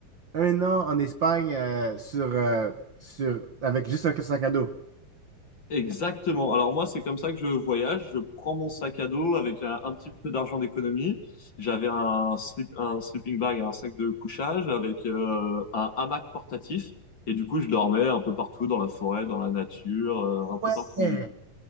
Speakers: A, on the right; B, on the left.
A: un an en Espagne euh, sur, euh, sur, avec juste un sac à dos.
B: Exactement. Alors moi c'est comme ça que je voyage, je prends mon sac à dos avec un, un petit peu d'argent d'économie. J'avais un slip, un sleeping bag, un sac de couchage avec euh, un hamac portatif et du coup je dormais un peu partout dans la forêt, dans la nature, euh, un peu
A: Ouais.
B: partout.